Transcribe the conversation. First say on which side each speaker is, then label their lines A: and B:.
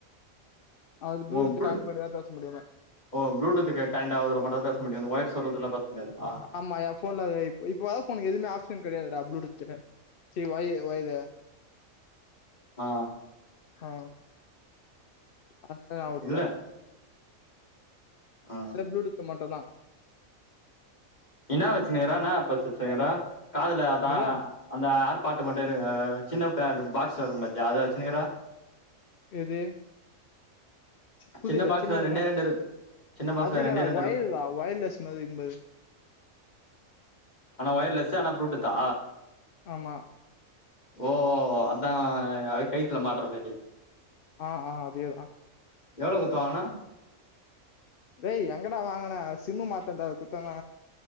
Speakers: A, on the left; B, on the left.
A: அதுல
B: ஓ
A: ப்ளூடூத்
B: ப்ளூ
A: கனெக்ட் பண்ணிதா பேச முடியுமா
B: ஓ ப்ளூடூத்துக்கு ஜாய்ன்ட் ஆகுற மாரி தா பேச முடியு அந்த ஒயர் சொருவருது ல பேச முடியாதா
A: ஆமா எ ஃபோன்ல அது இப்போ இப்போ வர ஃபோனுக்கு எதுமே ஆப்ஷன் கெடையாதுடா ப்ளூடூத்துனு சரி வை வையது
B: ஆ
A: ஆ அன்ற
B: இல்ல ஆ
A: ப்ளூடூத் மட்டுந்தா
B: என்னா வச்சுனுருகிற என்னா ஆர்பாட்ஸ் வச்சுனுகிற காதுல அதா
A: என்னது
B: அந்த ஆர் பாட்டு மட்டு ஆ சின்ன பேர் பாக்ஸ்ல இருக்கு பாத்தியா அதா வச்சுனுக்கிற
A: எது புதில
B: சின்ன பாக்ஸ்ல
A: சின்னதுனா
B: ரெண்டே ரெண்டு இரு சின்ன பாக்ஸ்ல
A: அது
B: ரெண்டே
A: இல்லடா
B: ரெண்டு
A: ஒயர்
B: இரு
A: தா ஒயர்லெஸ் மாதி இருக்கும்பாரு <inaudible>
B: ஆனா ஒயர்லெஸ்ஸு ஆனா ப்ளூடூத்தா
A: ஆமா
B: ஓ அதா அது கைத்துல மாட்ற மாதி
A: ஆ ஆ அதேதா
B: எவ்ளோ குத்து வாங்குன
A: ஏய் எங்கடா வாங்குனே சிம்மு மாத்தனதா குத்தாங்க